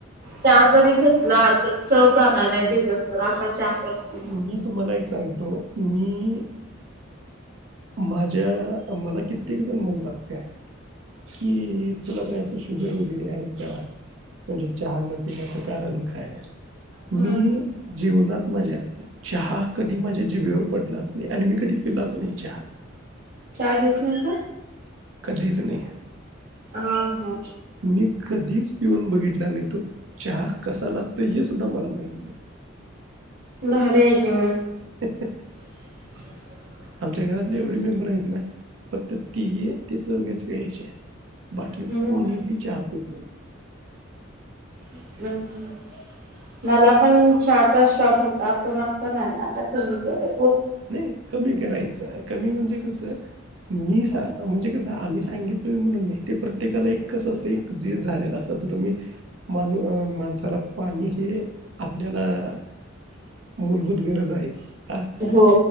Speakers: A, on the right; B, on the right.
A: चहा जरी घेतला तर चव जाणार नाही दिवसभर असा चहा करते
B: मी तुम्हाला एक सांगतो मी माझ्या मला कित्येक जण म्हणतात काय कि तुला काय असं शुगर वगैरे आहे का म्हणजे चहा न पिण्याचं कारण काय मी
A: हम्म हम्म
B: जीवनात माझ्या चहा कधी माझ्या जिबेवर पडलाच नाही आणि मी कधी पिलाच नाही चहा
A: चा घेत नाही सा
B: कधीच नाही
A: ह ह
B: मी कधीच पिऊन बघितल्या आणि तो चहा कसा लागतोय हे सुद्धा मला माहित नाही
A: भारी आहे की मग
B: ही ही
A: <unintelligible>
B: आमच्या घरातले एवढे मेंबर आहेत ना फक्त तिघे ते चौघेच प्यायचे बाकी
A: हम्म
B: कोणीही चहा पित नव
A: हम्म हम्म मला पण चहाचा शॉक होता पण आता नाही आता कमी केलं
B: नाही कमी करायचं कमी म्हणजे कस मी म्हणजे कस आम्ही सांगितलो म्हणून नाही ते प्रत्येकाला एक कसं असतं एक जे झालेलं असत तुम्ही मानू माणसाला पाणी हे आपल्याला मूलभूत गरज आहे हा
A: हो